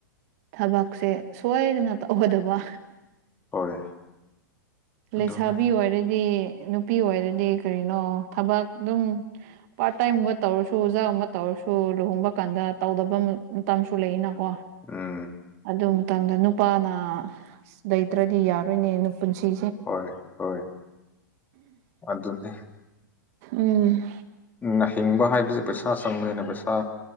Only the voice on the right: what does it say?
ꯊꯕꯛꯁꯦ ꯁꯣꯏꯗꯅ ꯇꯧꯒꯗꯕ
ꯂꯩꯁꯥꯕꯤ
ꯑꯣꯏꯔꯗꯤ ꯅꯨꯄꯤ ꯑꯣꯏꯔꯗꯤ ꯀꯔꯤꯅꯣ ꯊꯕꯛ ꯑꯗꯨꯝ ꯄꯥꯔꯠ ꯇꯥꯏꯝꯒꯨꯝꯕ ꯇꯧꯔꯁꯨ ꯑꯣꯖꯥꯒꯨꯝꯕ ꯇꯧꯔꯁꯨ ꯁꯨ ꯂꯨꯍꯣꯡꯕ ꯀꯥꯟꯗ ꯇꯧꯗꯕ ꯃꯇꯝꯁꯨ ꯂꯩꯅꯀꯣ
ꯑꯗꯨ ꯃꯇꯝꯗ ꯅꯨꯄꯥꯅ ꯂꯩꯇ꯭ꯔꯗꯤ ꯌꯥꯔꯣꯏꯅꯦꯅ ꯄꯨꯟꯁꯤ
ꯎꯝ